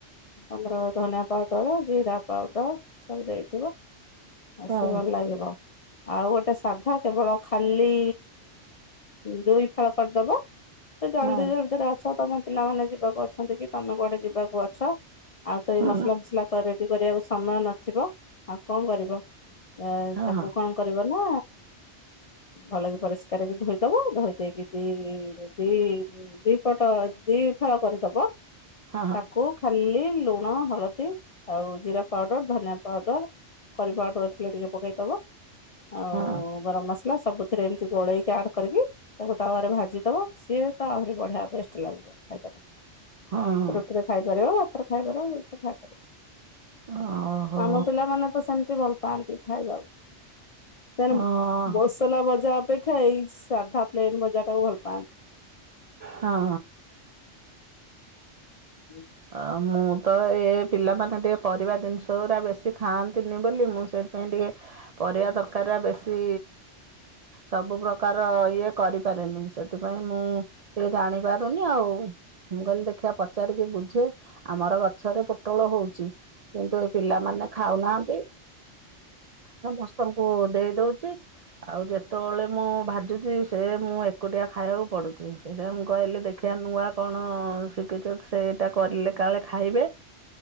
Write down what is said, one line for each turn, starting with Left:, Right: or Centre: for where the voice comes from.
Left: ଆମର ଧନିଆ ପାଉଡ଼ର ଜିରା ପାଉଡ଼ର ସବୁ ଦେଇଥିବ ଆ
Right: ହଁ
Left: ସେ ଭଲ ଲାଗିବ। ଆଉ ଗୋଟେ ସାଧା କେବଳ ଖାଲି ଦୁଇ ଫାଳ କରିଦେବ। ସେ ଜଲଦି
Right: ହଁ
Left: ଜଲଦିରେ ଅଛ ତମ ପିଲାମାନେ ଯିବାକୁ ଅଛନ୍ତି କି ତମେ କୁଆଡ଼େ ଯିବାକୁ ଅଛ ଆଉ ତ
Right: ହଁ
Left: ଏଇ ମସଲା ଫସଲା କ ରେଡ଼ି କରିବାକୁ ସମୟ ନଥିବ ଆଉ କଣ କରିବ? ଇଆ
Right: ହଁ
Left: ତାକୁ
Right: ହଁ
Left: କଣ କରିବ ନା ଭଲକି ପରିଷ୍କାର ହେକି ଧୋଇଦବ ଧୋଇ ଦେଇକି ଦି ଦି ଦିପଟ ଦିଫାଳ କରିଦବ
Right: ହଁ
Left: ତାକୁ ଖାଲି ଲୁଣ ହଳଦୀ ଆଉ ଜିରା ପାଉଡ଼ର ଧନିଆ ପାଉଡ଼ର କରି ପାଉଡ଼ର ଥିଲେ ଟିକେ ପକେଇଦବ ଆଉ
Right: ହଁ
Left: ଗରମ ମସଲା ସବୁଥିରେ ଏମିତି ଗୋଳେଇକି ଆଡ୍ କରିକି ତାକୁ ତାୱରେ ଭାଜି ଦବ ସିଏ ତ ଆହୁରି ବଢିଆ ପେଷ୍ଟ ଲାଗିବ। ଖାଇ
Right: ହଁ
Left: ରୁଟିରେ ଖାଇପାରିବ ଭାତରେ ଖାଇପାରିବ ଯୋଉଥିରେ ଖାଇପାରିବ।
Right: ଓହୋ
Left: ଆମ ପିଲାମାନେ ତ ସେମତି ଭଲ ପାଆନ୍ତି ଖାଇବାକୁ ସେ
Right: ହଁ
Left: ବସଲା ଭଜା ଅପେକ୍ଷା ଏଇ ସାଧା ପ୍ଲେନ ଭଜା ଟାକୁ ଭଲ ପାଆନ୍ତି।
Right: ହଁ
Left: ହୁଁ
Right: ଅ ମୁଁ ତ ଏ ପିଲାମାନେ ଟିକେ ପରିବା ଜିନିଷ ଗା ବେଶୀ ଖାଆନ୍ତିନି ବୋଲି ମୁଁ ସେ ପାଇଁ ଟିକେ ପରିବା ଦରକାର ଟ ବେଶୀ ସବୁ ପ୍ରକାର ଇଏ କରିପାରେନି ସେଥିପାଇଁ ମୁଁ ଟିକେ ଜାଣି ପାରୁନି ଆଉ ମୁଁ କହିଲି ଦେଖିବା ପଚାରିକି ବୁଝି ଆମର ଗଛରେ ପୋଟଳ ହଉଛି କିନ୍ତୁ ଏ ପିଲାମାନେ ଖାଉନାହାନ୍ତି। ସମସ୍ତଙ୍କୁ ଦେଇ ଦଉଛି ଆଉ ଯେତେବେଳେ ମୁଁ ଭାଜୁଛି ସେ ମୁଁ ଏକୁଟିଆ ଖାଇବାକୁ ପଡୁଛି। ସେବେ ମୁଁ କହିଲି ଦେଖିବା ନୂଆ କଣ ଶିଖିଛ ସେ କରିଲେ କାଳେ ଖାଇବେ